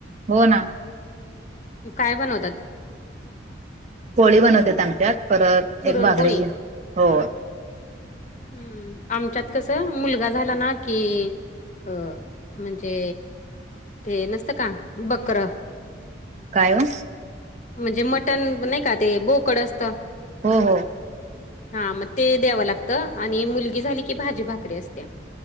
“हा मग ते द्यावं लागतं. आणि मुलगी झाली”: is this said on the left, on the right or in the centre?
Left